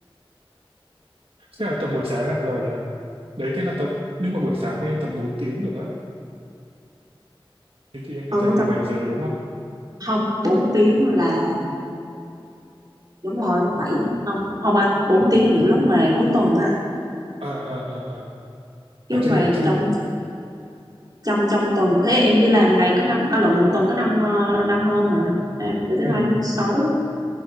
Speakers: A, on the right; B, on the right.
A: Thế là tập buổi sáng à? Rồi nhỉ? Đấy thế là tập, nhưng mà buổi sáng mà em tập 4 tiếng được á. Thế thì em phải
B: ở
A: dậy từ
B: tập
A: 7 giờ đúng không?
B: không 4 tiếng là đúng rồi bảy không không anh bốn tiếng là những lúc mà cuối tuần á anh
A: À à à à.
B: chứ
A: Thật chứ
B: mà
A: nhỉ chứ
B: trong trong trong tuần thế em đi làm ngày có năm à, lộn một tuần có năm ờ, năm hôm à À, từ thứ
A: ờ
B: hai đến sáu